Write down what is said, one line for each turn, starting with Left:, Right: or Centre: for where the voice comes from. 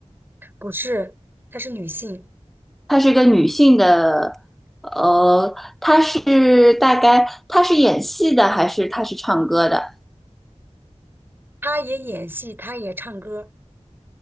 Right: 不是，她是女性，
Centre: 他是个女性的，呃，他是大概他是演戏的还是他是唱歌的？
Right: 她也演戏，她也唱歌，